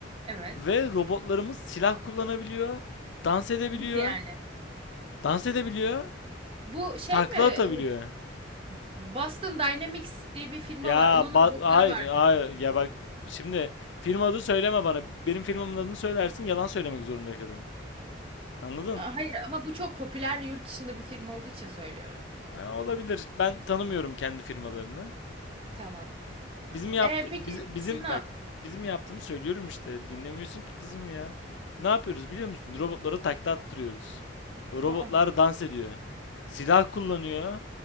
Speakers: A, on the right; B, on the left.
A: Evet.
B: ve robotlarımız silah kullanabiliyor, dans edebiliyor,
A: Nasıl yani?
B: dans edebiliyor,
A: Bu şey
B: takla
A: mi? e,
B: atabiliyor.
A: Boston Dynamics diye bir firma
B: Ya
A: var. Onun
B: ba-
A: robotları
B: hayır
A: vardı.
B: hayır ya bak şimdi film adı söyleme bana. Benim filmimin adını söylersin yalan söylemek zorunda kalırım. Anladın?
A: Aa, Hayır ama bu çok popüler yurt dışında bir firma olduğu için söylüyorum.
B: Ha, olabilir. Ben tanımıyorum kendi firmalarını.
A: Tamam.
B: Bizim yaptı
A: Ee, peki
B: biz- bizim
A: siz ne
B: bak
A: yap?
B: bizim yaptığımı söylüyorum işte. Dinlemiyorsun ki kızım ya. Ne yapıyoruz biliyor musun? Robotlara takla attırıyoruz. O robotlar
A: Aa.
B: dans ediyor. Silah kullanıyor.